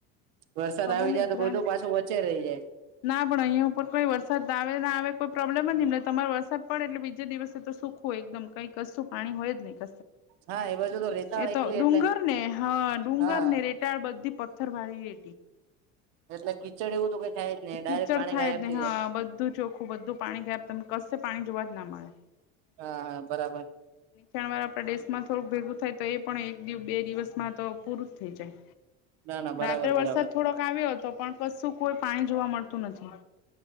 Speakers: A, on the right; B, on the left.
A: વરસાદ
B: ખબર
A: આવી
B: નહ
A: જાય તો
B: ગ્રાન
A: બધું પાછું વચ્ચે રહી જાય
B: ના પણ અહં ઉપર કોઈ વરસાદ આવે ના આવે કોઈ પ્રોબ્લેમ જ ન એમને તમારે વરસાદડે એટલે બીજે દિવસે તો સુખ આખું એકદમ કઈ કશું પાણી હોય જ નહી ક
A: હા એ બાજુ તો રેતાળ
B: એતો
A: એકલી
B: ડુંગર
A: એટલે
B: ને હા ડુંગર
A: હા
B: ને રે અતાર બધી પથ્થર મારી રે
A: એટલે કીચડ એવું તો કઈ થાય જ નહી ડાયરેક્ટ
B: કીચડ
A: પાણી
B: થાય
A: ગાયબ
B: જ ને
A: થઈ
B: હા
A: જાય
B: બધું ચોખ્ખું બધું પાણી ગયા તમને કશે પાણી જોવા જ ના મળે
A: હા હા બરાબર
B: ણ વાર આપણા દેશ માં થોડું ભેગું થાય તો એ પણ એક દિવ બે દિવસમાં તો પૂરું જ થઈ જાય
A: ના ના બરાબર
B: રાત્રે વરસાદ
A: બરાબર
B: થોડોક આવ્યો હતો પણ કશું કોઈ પાણી જોવા મળતું નથી